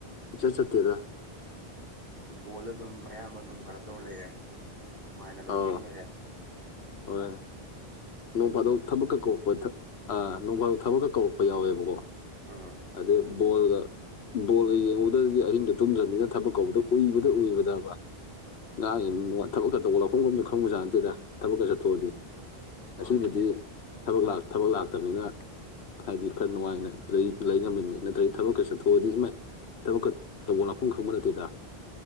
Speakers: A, on the left; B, on the right.
A: ꯏꯆꯠ ꯆꯠꯇꯦꯗ
B: ꯕꯣꯜꯗ ꯑꯗꯨꯝ ꯑꯌꯥꯝꯕ ꯑꯗꯨꯝ ꯀꯩꯅꯣ ꯇꯧꯔ ꯂꯩꯔꯦ ꯅꯨꯡꯉꯥꯏꯅ ꯑꯗꯨꯝ
A: ꯑꯥ
B: ꯌꯦꯡꯂꯩꯔꯦ
A: ꯍꯣꯏ ꯅꯣꯡ ꯐꯥꯗꯣꯛ ꯊꯕꯛꯀ ꯀꯧꯔꯛꯄ ꯑꯥ ꯅꯣꯡ ꯐꯥꯗꯣꯛ ꯊꯕꯛꯀ ꯀꯧꯔꯛꯄ ꯌꯥꯎꯋꯦꯕꯀꯣ
B: ꯑꯥ
A: ꯑꯗ ꯕꯣꯜꯒ ꯕꯣꯜꯒ ꯌꯦꯡꯉꯧꯗꯗꯤ ꯑꯍꯤꯡꯗꯣ ꯇꯨꯝꯗ꯭ꯔꯕꯅꯤꯅ ꯊꯕꯛ ꯀꯧꯕꯗ ꯎꯏꯕꯗ ꯎꯏꯕꯗꯕ <unintelligible> ꯊꯕꯛꯀ ꯇꯧꯕ ꯂꯛꯐꯝꯒ ꯑꯝꯇ ꯈꯪꯕꯖꯠꯅꯠꯇꯦꯗ ꯊꯕꯛꯀ ꯆꯠꯊꯣꯛꯑꯗꯤ
B: ꯃꯥꯅꯤꯅꯦ
A: ꯑꯁꯤꯕꯨꯗꯤ
B: ꯑꯗꯨꯝ
A: ꯊꯕꯛ ꯂꯥ ꯊꯕꯛ ꯂꯥꯛꯇꯝꯅꯤꯅ ꯍꯥꯏꯗꯤ ꯈꯔ ꯅꯨꯡꯉꯥꯏꯅ ꯂꯩ ꯂꯩ ꯉꯝꯃꯤꯅꯤ ꯅꯠꯇ꯭ꯔꯗꯤ ꯊꯕꯛ ꯀꯩ ꯆꯠꯊꯣꯛꯑꯗꯤ ꯏꯃꯥꯏ ꯊꯕꯛꯀ ꯇꯧꯕ ꯂꯥꯛꯐꯝ ꯈꯪꯕ ꯅꯠꯇꯦꯗ